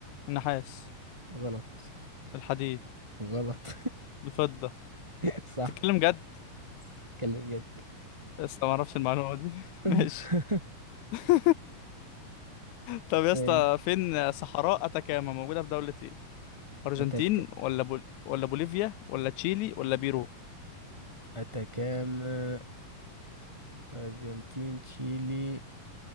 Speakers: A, on the left (about 75°); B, on the right (about 15°).
A: النحاس
B: غلط
A: الحديد
B: غلط
A: الفضة
B: <laughs> صح
A: تتكلم جد
B: اتكلم جد
A: لسه ما اعرفش المعلومة دي <laughs>
B: <laughs>
A: ماشي <laughs> طب يا
B: ماشي
A: اسطى فين صحراء اتاكاما موجودة في دولة ايه ارجنتين
B: أتك
A: ولا بول... ولا بوليفيا ولا تشيلي ولا بيرو
B: أتكاما أرجنتين تشيلي